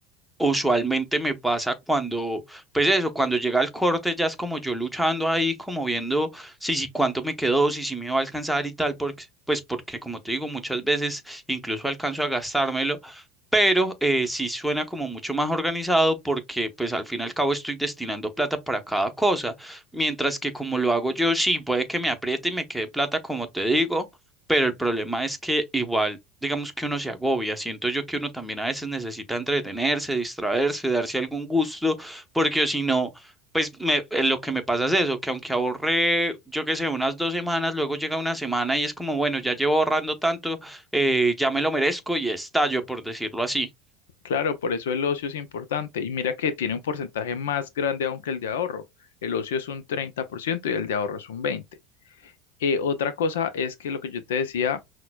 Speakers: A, in the centre; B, on the left (about 75°).
A: Usualmente me pasa cuando, pues eso, cuando llega el corte ya es como yo luchando ahí, como viendo si, si cuánto me quedó, si, si me va a alcanzar y tal, porque, pues porque como te digo, muchas veces incluso alcanzo a gastármelo, pero eh, sí suena como mucho más organizado porque pues al fin y al cabo estoy destinando plata para cada cosa, mientras que como lo hago yo, sí, puede que me apriete y me quede plata, como te digo pero el problema es que igual, digamos que uno se agobia, siento yo que uno también a veces necesita entretenerse, distraerse, darse algún gusto, porque si no, pues me- eh, lo que me pasa es eso, que aunque ahorré, yo qué sé, unas dos semanas, luego llega una semana y es como, bueno, ya llevo ahorrando tanto, eh, ya me lo merezco y estallo, por decirlo así.
B: Claro, por eso el ocio es importante. Y mira que tiene un porcentaje más grande aún que el de ahorro. El ocio es un 30% y el de ahorro es un 20%. Eh, otra cosa es que lo que yo te decía